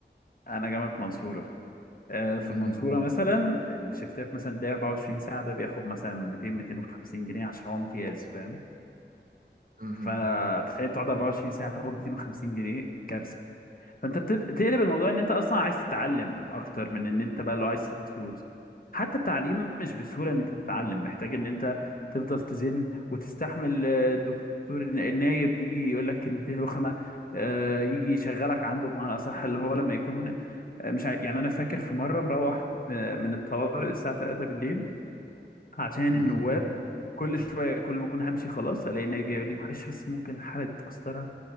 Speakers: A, on the left; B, on the right.
A: انا جامعة منصورة آه، في
B: مهم.
A: المنصورة مثلا الشيفتات مثلا تلاقي 24 ساعة ده بياخد مثلا 200 250 جنيه عشان هو امتياز فاهم
B: مهم.
A: فتخيل تقعد 24 ساعة تاخد 250 جنيه كارثة فانت بتر- تقلب الموضوع ان انت اصلا عايز تتعلم اكتر من ان انت بقى لو عايز تاخد فلوس حتى التعليم مش بسهوله ان انت تتعلم محتاج ان انت تفضل تزن وتستحمل آه، الدكتور النايب يجي يقول لك كلمتين رخمه آه، يجي يشغلك عنده بمعنى اصح اللي هو لما يكون آه، مش عاي- يعني انا فاكر في مره مروح آه، من الطوارئ الساعه 3 بالليل عشان
B: مهم.
A: النواب كل شويه كل ما اكون همشي خلاص الاقي النايب جاي يقول لي معلش بس ممكن الحاله دي تاثرها